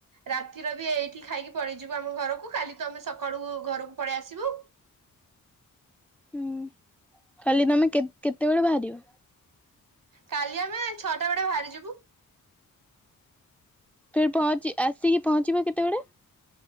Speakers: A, on the right; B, in the centre.
A: ରାତିର ବି ଏଇଠି ଖାଇକି ପଳେଇଯିବୁ ଆମ ଘରକୁ କାଲି ତ ଆମେ ସକାଳୁ ଘରକୁ ପଳେଇ ଆସିବୁ।
B: ହୁଁ କାଲି ତମେ କେ-କେତେବେଳେ ବାହାରିବ
A: କାଲି ଆମେ ଛଅଟା ବେଳେ ବାହାରିଯିବୁ।
B: ତମେ ପହଚି ଆସିକି ପହଞ୍ଚିବ କେତେବେଳେ?